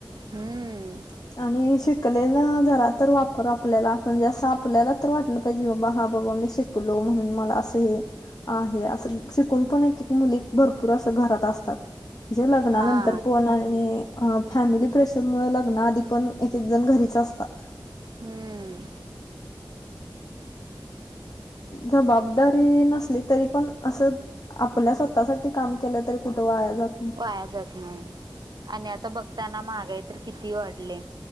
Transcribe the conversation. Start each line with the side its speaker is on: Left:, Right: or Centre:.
Right: हम्म
Left: आणि शिकलेलं जरा तर वापर आपल्याला म्हणजे असं आपल्याला तर वाटलं, पाहिजे बाबा हा बाबा मी शिकलो म्हणून मला असं हे, आहे असं शिकून पण एक एक मुली भरपूर असं घरात असतात. म्हणजे लग्नानंतर
Right: हा
Left: पण आणि फॅमिली प्रेशर मुळं लग्नआधी, पण एकेक जण घरीच असतात.
Right: हम्म
Left: जबाबदारी नसली तरी पण असं, आपल्या स्वतःसाठी काम केलं तर कुठं वाया जात नाही.
Right: वाया जात नाही आणि आता बघताय ना महागाई तर किती वाढली आहं.